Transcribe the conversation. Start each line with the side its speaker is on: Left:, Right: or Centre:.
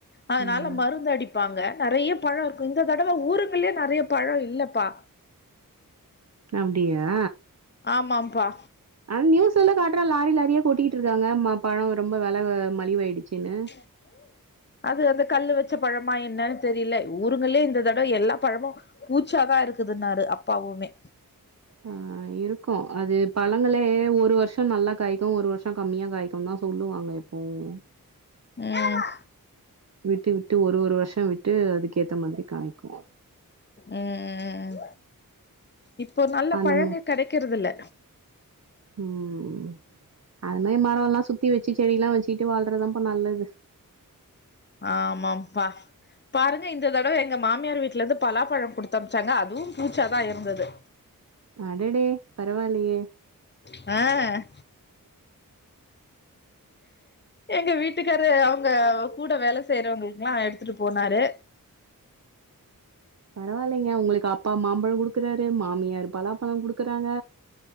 Left: அதனால
Right: ம்
Left: மருந்து அடிப்பாங்க நெறைய பழோ இருக்கு இந்த தடவை ஊருக்குள்ளயே நெறைய பழோ இல்லப்பா
Right: அப்டியா
Left: ஆமாம்பா
Right: ஆனா நியூஸ்ல்ல காட்டுறா லாரி லாரியா கொட்டிக்கிட்டு இருக்காங்க ம பழம் ரொம்ப வில மலிவாயிடுச்சுன்னு
Left: <inaudible> அது அந்த கல்லு வச்ச பழமா என்னன்னு தெரியல ஊருங்களயே இந்த தட எல்லா பழமும் பூச்சாதான் இருக்குதுன்னாரு அப்பாவுமே
Right: அ இருக்கு அது பழங்களே ஒரு வருஷோ நல்லா காய்க இப்ப ஒரு வருஷம் கம்மியா காய்க்கு தா சொல்லுவாங்க இப்போவும்
Left: ம்
Right: விட்டு விட்டு ஒரு ஒரு வருஷோ விட்டு அதுக்கேத்த மாதிரி காமிக்கு
Left: ம் இப்போ நல்ல
Right: அந்தம
Left: பழங்க கெடைக்கிறது இல்ல
Right: ம் அது மாரி மரம் எல்லா சுத்தி வச்சு செடியல்லா வச்சுட்டு வாழ்றதுதாப்பா நல்லது
Left: ஆமாப்பா பாருங்க இந்த தடவ எங்க மாமியார் வீட்ல இருந்து பலாப்பழம் குடுத்து அம்ச்சாங்க அதுவும் பூச்சாதா இருந்தது
Right: அடடே பரவாயில்லயே
Left: அ எங்க வீட்டுக்காரு அவங்க கூட வேல செய்றவங்களுக்குல்லா எடுத்துட்டு போனாரு
Right: பரவாயில்லைங்க உங்களுக்கு அப்பா மாம்பழோ குடுக்குறாரு மாமியாரு பலாப்பழோ குடுக்குறாங்க